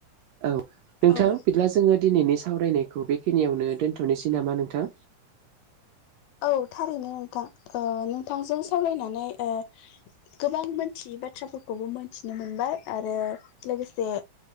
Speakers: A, on the right; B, on the left.
A: औ नोंथां
B: औ
A: बिदिब्ला जोङो दिनैनि सावरायनायखौ बेखिनियावनो दोनथनोसै नामा नोंथां।
B: औ थारैनो नोंथां ओ नोंथांजों सावरायनानै ओ गोबां मोनथियै बाथ्राफोरखौबो मोनथिनो मोनबाय आरो लोगोसे